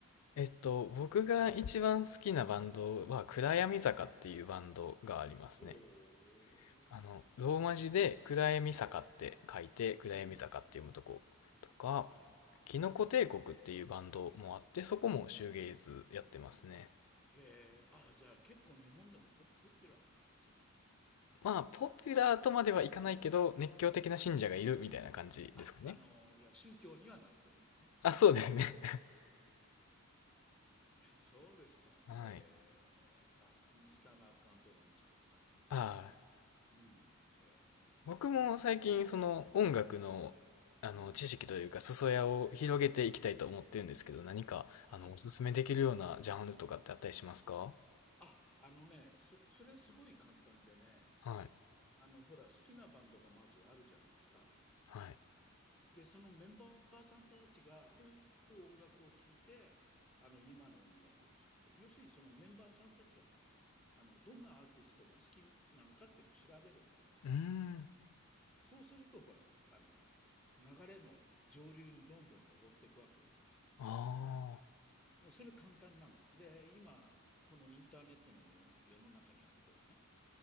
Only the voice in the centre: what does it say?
ほう。
うん、うん。はい。
ええ、ああ、じゃあ結構日本でもポポピュラーなんですね。
あ、あの、いや、宗教にはなってるのね。
そうですか。
へえ。あ、インスタのアカウントが見つかった。
うん。へ
え。うん。
はい。あ、あのね、そそれすごい簡単でね、
あの、ほら、好きなバンドがまずあるじゃないですか。
で、そのメンバーさんたちが、音楽を聴いて、あの、今の音楽を作ってる。要するにそのメンバーさんたちがね、あの、どんなアーティストが好きなのかっていうのを調べるわけよ。
そうすると、ほら、あの、流れの上流にどんどん上っていくわけです
よ。それ簡単なの。で、今、このインターネットの世世の中にあってはね、